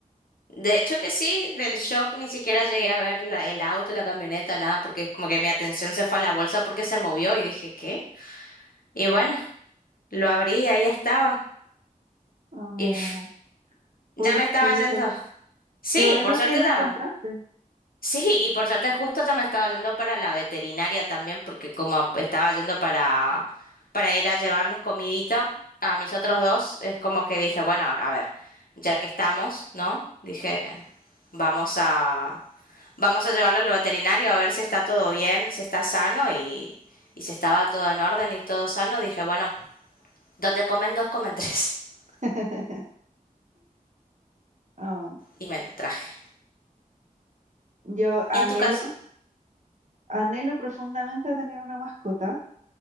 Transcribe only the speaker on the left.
De hecho que sí, del shock ni siquiera llegué a ver la- el auto, la camioneta, nada, porque como que mi atención se fue a la bolsa porque se movió y dije, ¿qué? Y bueno, lo abrí y ahí estaba.
Y <sniffs>
ya me estaba yendo. Sí,
por suerte
ya
me... Sí, y por suerte justo ya me estaba yendo para la veterinaria también, porque como estaba yendo para, para ir a llevarles comidita a mis otros dos, es como que dije, bueno, a, a ver, ya que estamos, ¿no? Dije, vamos a, vamos a llevarlo al veterinario a ver si está todo bien, si está sano y, y si estaba todo en orden y todo sano. Dije, bueno, donde comen dos, comen tres. <laughs>
Y me lo traje.
¿Y en
tu caso?